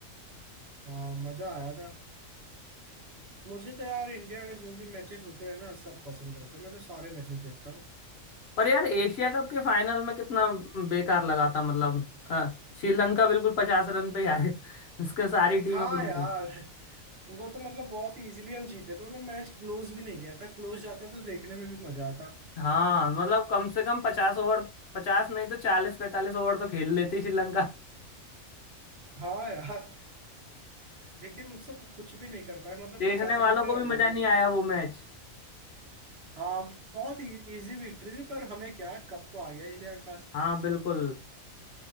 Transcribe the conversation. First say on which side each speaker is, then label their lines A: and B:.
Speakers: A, on the right; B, on the left.
A: हाँ मजा आया था मुझे तो यार इंडिया के जो भी मैचेस होते हैं ना सब पसंद रहते हैं मैं तो सारे मैचेस देखता हूँ
B: पर यार एशिया कप के फाइनल में कितना बेकार लगा था मतलब अ, श्रीलंका बिल्कुल पचास रन पे यार उसके सारी टीम
A: हाँ
B: <laughs> आउट हो गई।
A: यार वो तो मतलब बहुत इजीली हम जीते थे मतलब मैच क्लोज भी नहीं गया था क्लोज जाता तो देखने में भी मजा आता
B: <laughs> हाँ मतलब कम से कम पचास ओवर पचास नहीं तो चालीस पैंतालीस ओवर तो खेल लेती श्रीलंका
A: हाँ यार लेकिन उनसे कुछ भी नहीं कर पाए मतलब
B: देखने
A: पचास
B: वालों
A: रन पे
B: को भी
A: आउट
B: मजा
A: हो
B: नहीं
A: गए
B: आया वो मैच
A: हाँ बहुत इजी विक्ट्री थी पर हमें क्या कप तो आ गया इंडिया के पास
B: हाँ बिल्कुल